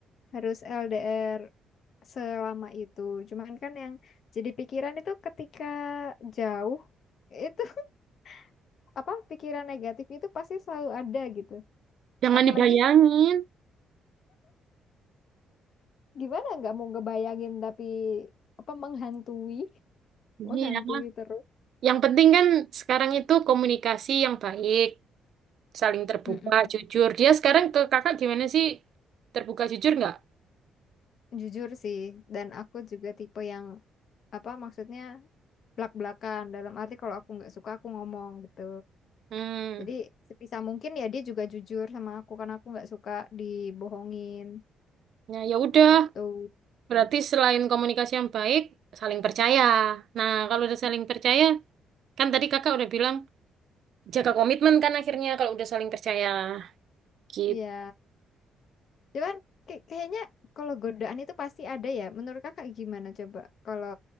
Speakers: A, on the left; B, on the right.
A: harus LDR selama itu. Cuman kan yang jadi pikiran itu ketika jauh itu <laughs> apa pikiran negatif itu pasti selalu ada gitu.
B: jangan
A: Apalagi
B: dibayangin
A: gimana nggak mau ngebayangin tapi apa menghantui, <laughs>
B: iya
A: menghantui terus
B: yang penting kan sekarang itu komunikasi yang baik saling terbuka
A: Mm-mm.
B: jujur dia sekarang ke kakak gimana sih terbuka jujur nggak
A: Jujur sih, dan aku juga tipe yang apa maksudnya blak-blakan dalam arti kalau aku nggak suka aku ngomong gitu.
B: hmm
A: Jadi sebisa mungkin ya dia juga jujur sama aku karena aku nggak suka dibohongin
B: ya ya udah
A: gitu.
B: Berarti selain komunikasi yang baik, saling percaya. Nah, kalau udah saling percaya, kan tadi kakak udah bilang jaga komitmen kan akhirnya kalau udah saling percaya. Gitu.
A: Iya, cuman kay- kayaknya kalau godaan itu pasti ada ya. Menurut kakak gimana coba? Kalau